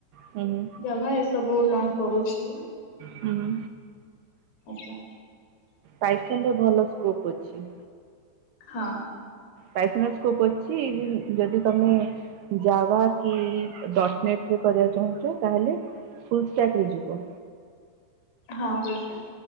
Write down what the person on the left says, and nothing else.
ଜାଭା ଏସବୁ ଲର୍ନ କରୁଛି।
ଆଚ୍ଛା।
ହଁ।
ହଁ ଫୁଲଷ୍ଟାକ୍।